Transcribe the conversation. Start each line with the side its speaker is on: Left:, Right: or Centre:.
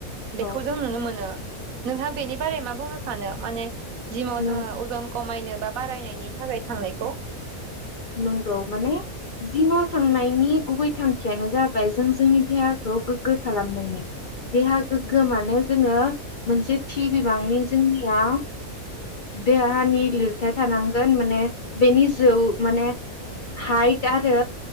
Right: बेखौ
Left: औ
Right: जों नुनो मोनो। नोंहा बेनि बारै मा बुंनो सानो? माने जिमाव
Left: नों
Right: जोङो अजन कमायनो बा बारायनायनि थाखाय थांनायखौ।
Left: नंगौ माने जिमाव थांनायनि गुबै थांखियानो जाबाय जों जोंनि देहाखौ गोग्गो खालामनायनि। देहा गोग्गो माने जोङो मोनसे थि बिबांनि जोंनिया देहानि लिरथाय थानांगोन माने बेनि जौ माने हाइट आरो